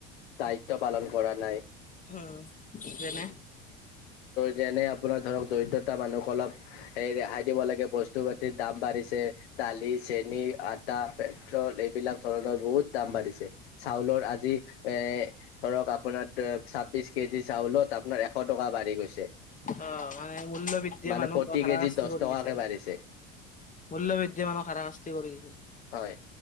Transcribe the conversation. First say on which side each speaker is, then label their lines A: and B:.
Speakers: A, on the left; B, on the left.
A: দায়িত্ব পালন কৰা নাই।
B: অ যেনে?
A: যেনে আপোনাৰ ধৰক দৰিদ্ৰতা মানুহক অলপ স ৰেহাই দিব লাগে, বস্তু পাতিৰ দাম বাঢ়িছে, দালি চেনী, আটা, পেট্ৰল এইবিলাক ধৰণৰ বহুত দাম বাঢ়িছে। চাউলৰ আজি এ ধৰক আপোনাৰ ছাব্বিছ কেজি চাউলত আপোনাৰ এশ টকা বাঢ়ি গৈছে।
B: অ মানে মূল্য বৃদ্ধিয়ে
A: মানে
B: মানুহক
A: প্ৰতি
B: হাৰাশাস্তি
A: কেজিত দহ
B: কৰি
A: টকাকে
B: দিছে।
A: বাঢ়িছে
B: মূল্য বৃদ্ধি মানুহক হাৰাশাস্তি কৰি দিছে।
A: হয়।